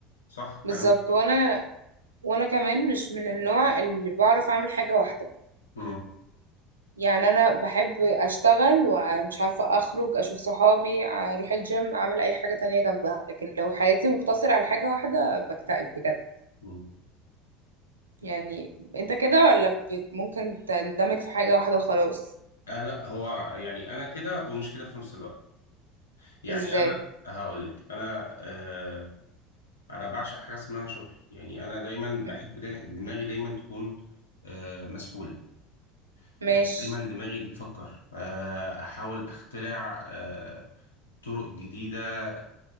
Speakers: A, on the left (about 75°); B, on the right (about 80°).
A: صح
B: بالظبط
A: كلام
B: وأنا وأنا كمان مش من النوع اللي بعرف أعمل حاجة واحدة
A: مم.
B: يعني انا بحب اشتغل ومش عارفة اخرج اشوف صحابي اروح الجيم اعمل اي حاجة تانية جنبها لكن لو حياتي مقتصرة على حاجة واحدة بكتئب بجد
A: مم.
B: يعني انت كده ولا بت- ممكن تندمج في حاجة واحدة وخلاص
A: آه لا هو يعني انا كده ومش كده في نفس الوقت يعني
B: ازاي
A: انا هقول لك انا آه انا بعشق حاجه اسمها شغل يعني انا دايما
B: م-
A: بحب دا دماغي دايما تكون آه مسحوله
B: ماشي
A: آه دايما دماغي بتفكر آه احاول اخترع آه، طرق جديدة آه،